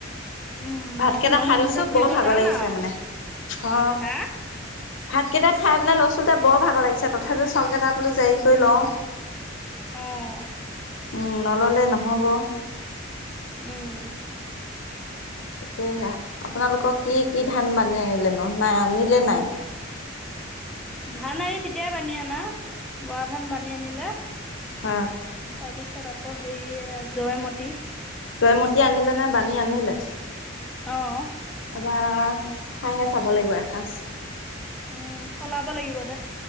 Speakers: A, in the centre; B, on the left (about 70°).
A: উম
B: ভাতকেইটা
A: গৰম
B: খাই
A: বন্ধতে
B: লৈছো
A: ফুৰিব
B: বৰ ভাগৰ
A: যাম
B: লাগিছে
A: আৰু
B: মানে হ
A: হা
B: ভাতকেইটা খাই পেলাই লছোতে বৰ ভাগৰ লাগিছে তথাপিও চাউল কেইটা বোলো জাৰি কৰি লওঁ
A: উম
B: উম নল'লে নহ'ব।
A: উম
B: তাকেহে আপোনালোকক কি কি ধান বানি আনিলেনো। ন নাই অনিলে নাই?
A: ধান আয়ি তেতিয়াই বানি আনা, বৰা ধান বানি আনিলে।
B: হা
A: তাৰপিছত আকৌ হেৰি জয়মতী
B: তয়মতী আনিলে নে বাানী আনিলে
A: অ
B: এবা খাইহে চাব লাগিব এসাঁজ
A: উম সলাব লাগিব দে